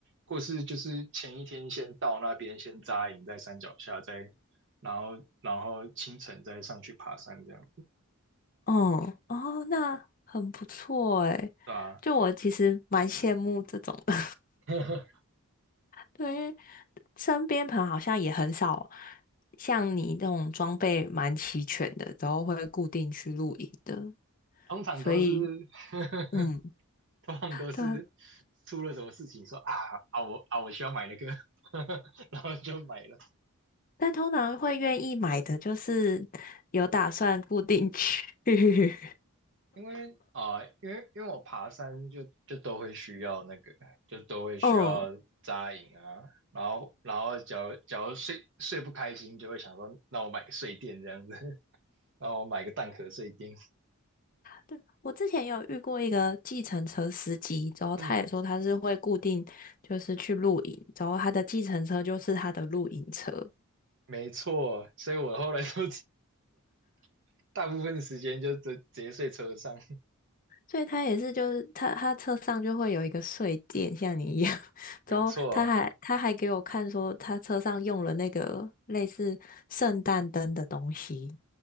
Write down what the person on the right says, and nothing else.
或是就是前一天先到那边先扎营，在山脚下，再然后然后清晨再上去爬山这样，
对吧？
<laughs>
通常都是
<laughs>
通常都是
出了什么事情说啊啊我啊我需要买那个，<laughs> 然后就买了。
因为啊、呃因为因为我爬山就就都会需要那个，就都会需要扎营啊。
然后然后假如假如睡睡不开心，就会想说那我买个睡垫这样子，那我买个蛋壳睡垫。
嗯，
没错，所以我后来都 <laughs> 大部分时间就直直接睡车上。
没错。